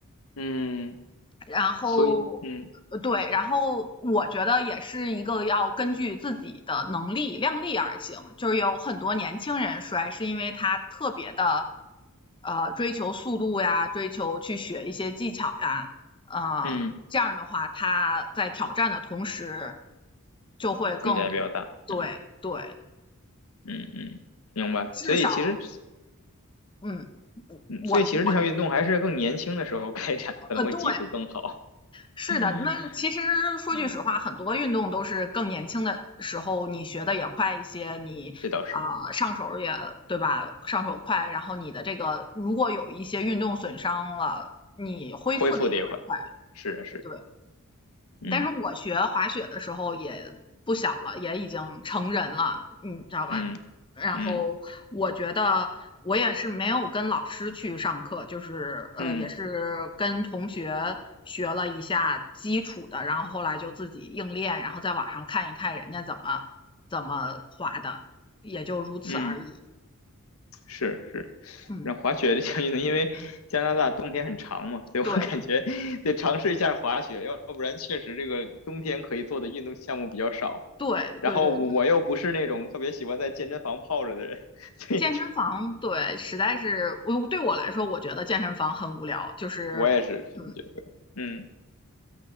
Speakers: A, on the left; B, on the left.
A: 嗯，
B: 然后，
A: 所以嗯
B: 呃对，然后我觉得也是一个要根据自己的能力量力而行，就是有很多年轻人摔是因为他特别的，呃，追求速度呀，追求去学一些技巧呀，呃，
A: 嗯，
B: 这样的话他在挑战的同时就会更，
A: 风险也比较大。
B: 对对，
A: 嗯。嗯嗯，明白。
B: 至少，
A: 所以其实，
B: 嗯，
A: 嗯，
B: 我我我
A: 所以其实这项运动还是更年轻的时候开展，可能会基础更好。
B: 呃对。
A: <laughs>
B: 是的，那其实说句实话，
A: 嗯，
B: 很多运动都是更年轻的时候你学的也快一些，你啊、
A: 这倒是，
B: 呃上手儿也对吧？上手快，然后你的这个如果有一些运动损伤了，你恢复的也会快。
A: 恢复的也快。是的，是的。
B: 对，
A: 嗯
B: 但是我学滑雪的时候也不小了，也已经成人了，你知道吧？
A: 嗯
B: 然后我觉得我也是没有跟老师去上课，
A: 嗯
B: 就是呃，
A: 嗯
B: 也是跟同学学了一下基础的，然后后来就自己硬练，然后在网上看一看人家怎么怎么滑的，也就如此而已。
A: 嗯，是是。
B: 嗯，
A: 然后滑雪这项运动，因为加拿大冬天很长嘛，所以我感觉得尝试一下滑雪，
B: 对
A: 要不然确实这个冬天可以做的运动项目比较少。
B: 对对对对，
A: 然后我我又不是那种特别喜欢在健身房泡着的人，<laughs> 所以就
B: 健身房对，实在是我对我来说，我觉得健身房很无聊，就是。
A: 我也是这么觉得。
B: 嗯。
A: 嗯，